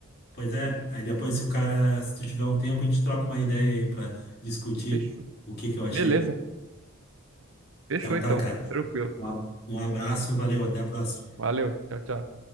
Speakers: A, on the left; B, on the right.
A: Pois é, aí depois se o cara, se tu tiver um tempo, a gente troca uma ideia aí pra discutir
B: Fechou.
A: o que que eu achei.
B: Beleza, fechou
A: Então tá,
B: então.
A: cara.
B: Tranquilo.
A: Um a- um abraço, valeu, até a próxima.
B: Valeu, tchau, tchau.